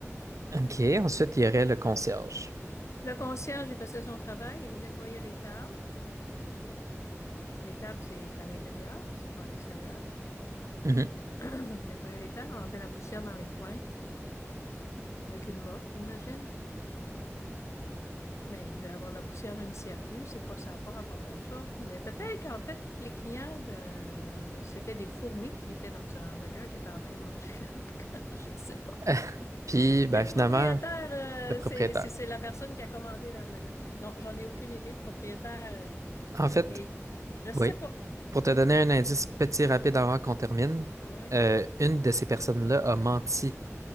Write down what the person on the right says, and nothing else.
OK. Ensuite, il y aurait le concierge.
Mhm.
<laughs> Puis, ben,
finalement,
le propriétaire.
En fait,
oui,
pour te donner un indice petit rapide avant qu'on termine,
euh, une de ces personnes-là a menti